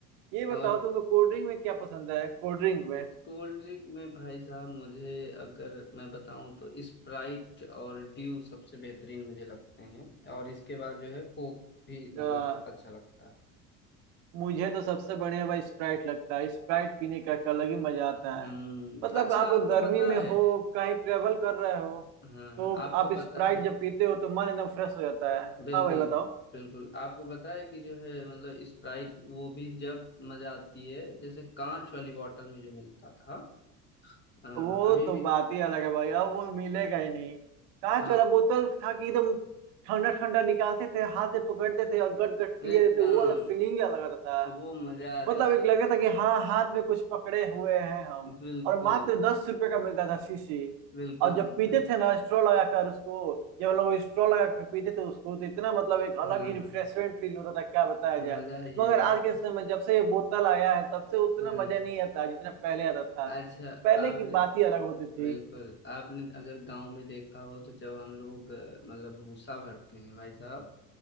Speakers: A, on the right; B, on the left.
A: ये
B: और
A: बताओ तुमको कोल्ड ड्रिंक में क्या पसंद है कोल्ड ड्रिंक
B: कोल्ड ड्रिंक में भाई साहब मुझे अगर मैं बताऊं तो स्प्राइट और ड्यू सबसे बेहतरीन मुझे लगते हैं और इसके बाद जो है कोक भी मतलब
A: में
B: अच्छा लगता है
A: मुझे तो सबसे बढ़िया भाई स्प्राइट लगता है स्प्राइट पीने का एक अलग ही मजा आता
B: हम्म
A: है मतलब
B: अच्छा
A: आप
B: आपको
A: गर्मी
B: पता
A: में
B: है
A: हो कहीं ट्रेवल कर रहे हो
B: हाँ
A: तो
B: आपको
A: आप
B: पता
A: स्प्राइट
B: है
A: जब पीते हो तो मन एकदम फ्रेश हो जाता है
B: बिल्कुल
A: हाँ भाई बताओ
B: बिल्कुल आपको पता है कि जो है मतलब स्प्राइट वो भी जब मजा आती है जैसे कांच वाली बॉटल में जो मिलता था हाँ,
A: वो
B: अभी
A: तो
B: भी
A: बात ही अलग है भाई अब वो मिलेगा ही नहीं कांच
B: हाँ
A: वाला बोतल था कि एकदम ठंडा ठंडा निकालते थे हाथ से पकड़ते थे और गट गट पिए
B: एकदम
A: थे वो वाला फीलिंग अलग आता था
B: वो मजा आ
A: मतलब
B: जाता
A: एक लग
B: था
A: रहा था कि हाँ हाथ में कुछ पकड़े हुए हैं हम
B: बिल्कुल
A: और मात्र दस रुपए का मिलता था शीशी
B: बिल्कुल
A: और जब
B: बिल्कुल
A: पीते थे ना स्ट्रॉ लगाकर उसको जब हम लोग स्ट्रॉ लगा के पीते थे उसको तो इतना मतलब एक अलग
B: हाँ
A: ही रिफ्रेशमेंट
B: हाँ
A: फील होता था क्या बताया जाए
B: मजा ही
A: मगर
B: आ
A: आज
B: जाता
A: के समय
B: था
A: जब से ये बोतल आया है तब से उतना
B: हाँ
A: मजा नहीं आता जितना पहले आता था
B: अच्छा
A: पहले
B: आपने
A: की बात ही अलग होती थी
B: बिल्कुल आपने अगर गांव में देखा हो तो जब हम लोग अ, मतलब भूसा भरते हैं भाई साहब